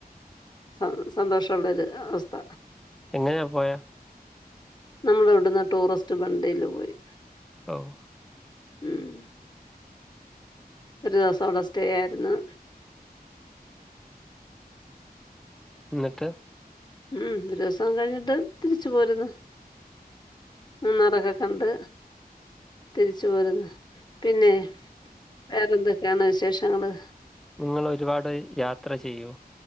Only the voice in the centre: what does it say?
എങ്ങെനെയാ പോയെ?
ഓഹ്
എന്നിട്ട്?
നിങ്ങളൊരുപാട് യാത്ര ചെയ്യോ?